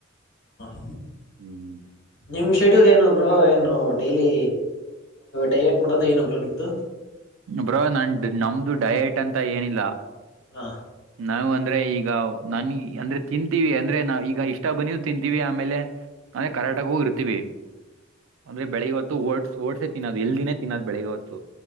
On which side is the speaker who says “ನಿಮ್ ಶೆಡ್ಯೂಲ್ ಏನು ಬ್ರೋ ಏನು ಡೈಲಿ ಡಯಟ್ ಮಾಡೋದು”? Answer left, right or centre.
Left